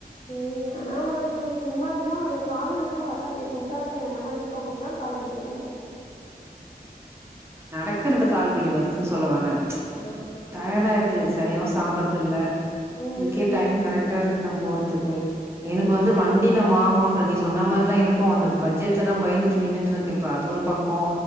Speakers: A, on the left; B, on the right.
A: உம் ஆனா உனக்கு ஸ்லிம்மா இருந்தா உனக்கு கால்வலிலாம் வராதே குண்டா இருக்க என்ன மாரி இருக்கவங்களுக்கு தான் கால்வலி வரும்
B: நடக்கறது கால்வலி வருதுன்னு சொல்ல வரேன் ச்
A: ஆ
B: டயர்ட் ஆயிடுது சரியாவும் சாப்றதில்ல
A: ம்
B: இதுக்கே டைம்
A: ம்
B: கரெக்டா இருக்கு நா போற த்துக்கு எனக்கு
A: ம்
B: வந்து
A: ம்
B: வண்டி நா வா ங்கனுன்டு நீ சொன்ன மாரிதா எனக்கு வந்தது பட்ஜெட்லதா பயந்துட்டு நின்னுட்டு இருக்கேன் இப்போ அது ஒரு பக்கோ